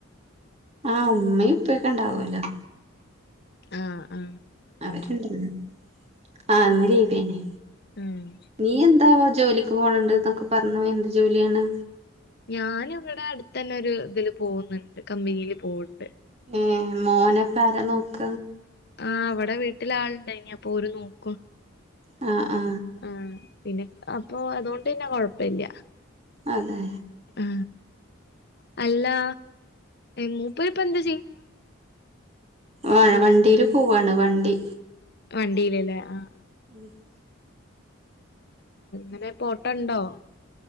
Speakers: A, on the right (about 30°); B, on the left (about 50°).
A: ആ ഉമ്മയും ഇപ്പൊക്കെ ഇണ്ടാവല്ലോ
B: ആ ആ
A: അവരുണ്ട ല്ലൊആ ഇന്ന് ലീവേന്നു
B: ആഹ്
A: നീ എന്താ ജോലി പോണണ്ട് എന്നൊക്കെ പറഞ്ഞു എന്ത് ജോലിയാണ്
B: ഞാന് ഇവിടെ അടുത്തന്നെ ഒരു ഇതില് പോകുന്നുണ്ട് കമ്പനിൽ പോവണ്ട്
A: ഏഹ് മോന പ്പാര നോക്ക
B: ആ അവിടെ വീട്ടില് ആളുണ്ട് യ്നി അപ്പൊ ഓര് നോക്കും
A: ആ ആ
B: ആപിന്നെ അപ്പൊ അതുകൊണ്ട്പി ന്നെ കൊഴപ്പില്ല
A: അതെ
B: ആ അല്ലാ മൂപ്പർപ്പൊ എന്താചെയ്യ്ണ്
A: ആ വണ്ടീൽ പോവാണ് വണ്ടി
B: വണ്ടിയിലല്ലേ ആ
A: <inaudible>
B: അൻ്റെ പോട്ടോ ണ്ടോ